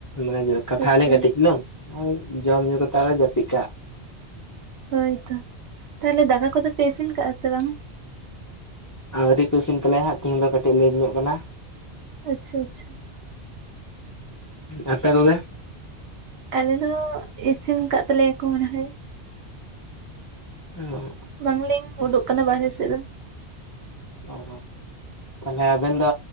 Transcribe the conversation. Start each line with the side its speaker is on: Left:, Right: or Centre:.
Left: ᱢᱟᱱᱮ ᱠᱟᱛᱷᱟ
Right: ᱦᱳᱭᱛᱚ
Left: ᱟᱞᱤᱧ ᱠᱟᱹᱴᱤᱡ ᱪᱤᱞᱩᱝ ᱟᱨ ᱡᱚᱢ ᱧᱩ ᱠᱟᱛᱮ ᱟᱨ ᱡᱟᱹᱯᱤᱫ ᱠᱟᱜ᱾
Right: ᱦᱳᱭᱛᱚ, ᱛᱟᱦᱚᱞᱮ ᱫᱟᱠᱟ ᱠᱚᱫᱚ ᱯᱮ ᱤᱥᱤᱱ ᱠᱟᱜ ᱟ ᱥᱮ ᱵᱟᱝ?
Left: ᱟᱣᱨᱤ ᱠᱩᱥᱤᱧ ᱛᱟᱞᱮᱭᱟᱟᱸᱜ ᱛᱮᱦᱮᱧ ᱫᱚᱴᱤᱡ ᱞᱟᱹᱴ ᱧᱚᱜ ᱠᱟᱱᱟ᱾
Right: ᱟᱪᱷᱟ ᱟᱪᱷᱟ
Left: ᱟᱯᱮ ᱠᱚᱜᱮ
Right: ᱟᱞᱮ ᱫᱚ ᱤᱥᱤᱱ ᱟᱠᱟᱫ ᱛᱟᱞᱮᱭᱟᱠᱚ ᱮᱱᱟᱱ ᱨᱮ
Left: <inaudible>
Right: ᱵᱟᱝᱞᱤᱧ ᱩᱰᱩᱠ ᱠᱟᱱᱟ ᱵᱟᱨᱦᱮ ᱥᱮᱫ ᱫᱚ
Left: <unintelligible> ᱚ ᱛᱟᱦᱚᱞᱮ ᱟᱵᱮᱱ ᱫᱚ